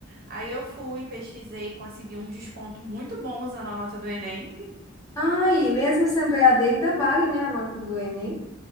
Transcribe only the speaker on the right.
Aí eu fui, pesquisei, consegui um desconto muito bom usando a nota do Enem. <laughs>